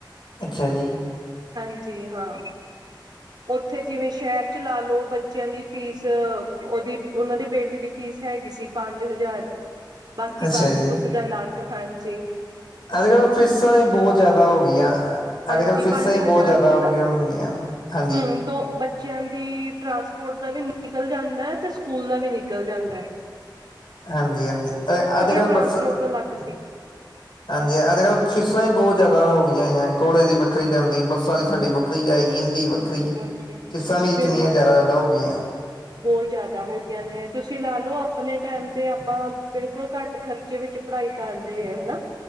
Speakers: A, on the left; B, on the right.
A: ਅੱਛਾ ਜੀ
B: ਹਾਂਜੀ ਹਾਂ ਉੱਥੇ ਜਿਵੇਂ ਸ਼ਹਿਰ ਚ ਲਾ ਲਓ ਬੱਚਿਆਂ ਦੀ ਪੜਾਈ ਕਿਹਾ ਚਲਦੀ ਨਾ। ਫੀਸ ਉਹਦੀ ਉਹਨਾਂ ਦੇ ਬੇਟੇ ਦੀ ਫੀਸ ਕਿੰਨਾ ਸੀ। ਹੈਗੀ ਸੀ ਪੰਜ ਹਜ਼ਾਰ ਬਾਕੀ
A: ਅੱਛਾ
B: ਬੱਸ
A: ਜੀ।
B: ਬੁੱਸ ਦਾ ਅਲੱਗ ਹਾ ਜੀ ਬਸ ਦਾ ਅਲਗ ਸੀ।
A: ਅੱਜ ਕਲ੍ਹ ਫੀਸਾਂ ਹੀ ਬਹੁਤ ਜਿਆਦਾ ਹੋਗਆਂ
B: ਹਾਂਜੀ
A: ਅੱਜ ਕਲ ਫੀਸਾਂ
B: ਪੰਜ
A: ਹੀ
B: ਹਜ਼ਾਰ
A: ਬਹੁਤ ਜਿਆਦਾ
B: ਚ
A: ਹੋਗੀਆਂ
B: ਨਾ
A: ਹਾਂਜੀ ਸਕੂਲ ਦਾ ਹਰ ਕੰਮ ਪੈਸੇ ਤੇ ਬਿਨਾ ਨੂੰ ਹੁੰਦਾ। ਹਾਂਜੀ
B: ਹੂੰ
A: ਕਹਿੰਦੇ ਨਾ ਘਰ ਸਾਰਾ
B: ਦੋ
A: ।
B: ਬੱਚਿਆਂ ਦੀ ਟਰਾਂਸਪੋਰਟ ਦਾ ਵੀ ਨਿਕਲ ਜਾਂਦਾ ਹੈ ਤੇ ਸਕੂਲ ਦਾ ਵੀ ਨਿਕਲ ਜਾਂਦਾ ਹੈ ਇਹ ਬਹੁਤ ਜ਼ਰੂਰੀ ਹੈ।
A: ਹਾਂਜੀ ਹਾਂਜੀ ਅੱਜ ਕੱਲ੍ਹ
B: ਟਰਾਂਸਪੋਰਟ
A: ਬੱਸ ਬਹੁਤ ਲੇਟ ਮਿਲਦੀ ਨੇ।
B: ਦਾ ਅਲੱਗ ਸੀ
A: ਹਾਂਜੀ ਅੱਜ ਕੱਲ੍ਹ ਫੀਸਾਂ ਹੀ ਬਹੁਤ ਜਿਆਦਾ ਹੋ ਗਈਆਂ ਕੋੋਲੇ ਦੀ ਵੱਖਰੀ ਜਾਂਦੀ ਬੱਸਾਂ ਦੀ ਸਾਡੀ ਵੱਖਰੀ ਜਾਏਗੀ ਇਦੀ ਵਰੀ ਸਾਹੇ ਲਏ ਸੀ। ਵੱਖਰੀ
B: ਹਾਂਜੀ
A: ਫਿਸਾਂ ਵੀ
B: ਬਿਲਕੁਲ
A: ਕਿੰਨੀਆਂ ਜ਼ਿਆਦਾ ਜ਼ਿਆਦਾ ਹੋ ਗਈਆਂ ਸਨ।
B: ਬਹੁਤ ਜਿਆਦਾ ਹੋ ਗਈ ਆ ਨੇ ਤੁਸੀਂ ਲਾ ਲਓ ਆਪਣੇ ਟਾਈਮ ਤੇ ਆਪਾਂ ਬਿਲਕੁਲ ਘੱਟ ਖਰਚੇ ਵਿੱਚ ਪੜ੍ਹਾਈ ਕਰਦੀ ਹੈ ਹਨਾ